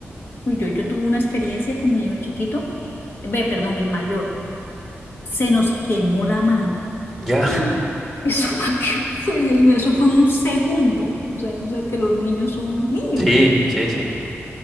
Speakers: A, on the left (about 55°); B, in the centre.
A: Uy, yo, yo tuve una experiencia con mi hijo chiquito, ve, perdón, el mayor, se nos quemó la mano.
B: Ya,
A: ¡Ah!
B: <laughs>
A: Eso fue, <laughs> que fue, Dios mío, eso fue un segundo. O sea, tú sabes que los niños son niños.
B: sí, sí, sí.